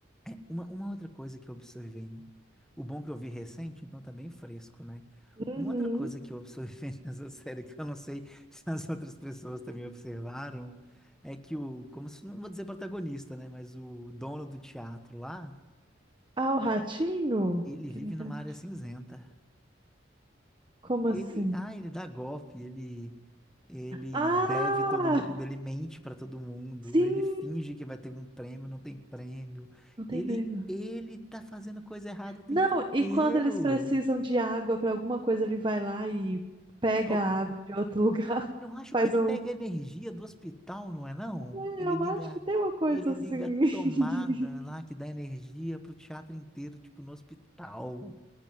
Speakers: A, in the centre; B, on the right.
A: É, uma, uma outra coisa que eu observei, o bom que eu vi recente, então tá bem fresco, né?
B: Uhum.
A: Uma outra coisa que eu observei <laughs> nessa série, que eu não sei se as outras pessoas também observaram, é que o, como se, não vou dizer protagonista, né? Mas o dono do teatro lá,
B: Ah, o ratinho?
A: ele
B: Aquele
A: vive
B: ratinho.
A: numa área cinzenta.
B: Como
A: Ele,
B: assim?
A: ah, ele dá golpe, ele ele
B: Ah,
A: deve todo mundo, ele mente para todo mundo,
B: sim!
A: ele finge que vai ter um prêmio, não tem prêmio.
B: Não tem
A: Ele
B: verba.
A: ele tá fazendo coisa errada o tempo
B: Não,
A: inteiro.
B: e quando eles precisam de água para alguma coisa, ele vai lá e pega
A: Rou-
B: a água de outro lugar,
A: Eu
B: <laughs>
A: acho
B: faz
A: que ele
B: um.
A: pega energia do hospital, não é não?
B: É,
A: Ele
B: Eu
A: liga
B: acho que tem uma coisa
A: ele
B: assim.
A: liga a tomada
B: <laughs>
A: lá que dá energia pro teatro inteiro, tipo no hospital.